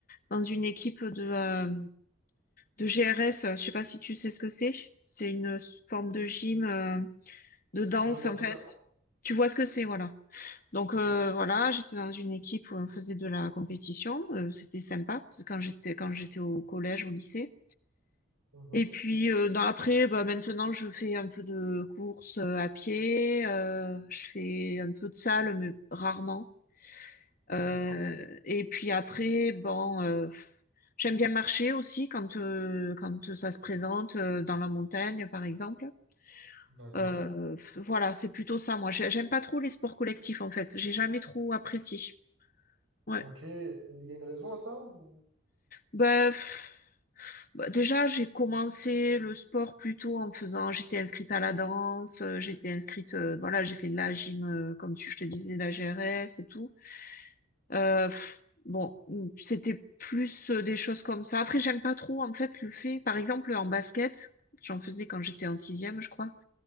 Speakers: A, on the left; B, on the right.
A: dans une équipe de, euh, de GRS. Euh, Je sais pas si tu sais ce que c'est. C'est une s- forme de gym. euh, de danse
B: Je vois
A: en
B: totalement.
A: fait. Tu vois ce que c'est, voilà. Donc
B: Mhm,
A: euh, voilà, j'étais dans une équipe où on faisait de la compétition, euh, c'était sympa parce que quand j'étais quand j'étais au collège, au lycée.
B: mhm.
A: Et puis euh, dans- après, bah, maintenant je fais un peu de course euh, à pied, euh, je fais un peu de salle mais rarement.
B: D'accord.
A: Euh, et puis après, bon, euh, j'aime bien marcher aussi quand euh, quand ça se présente euh, dans la montagne par exemple.
B: D'accord.
A: Euh, voilà, c'est plutôt ça, moi. J'ai- J'aime pas trop les sports collectifs, en fait. J'ai jamais trop apprécié. Ouais.
B: Ok. Il y a une raison à ça ou...
A: Bah, pff, bah, déjà, j'ai commencé le sport plutôt en faisant, j'étais inscrite à la danse, euh, j'étais inscrite, euh, voilà, j'ai fait de la gym, euh, comme tu, je te disais, de la GRS et tout. Euh, pff, bon, c'était plus euh, des choses comme ça. Après, j'aime pas trop, en fait, le fait, par exemple, en basket, j'en faisais quand j'étais en sixième, je crois.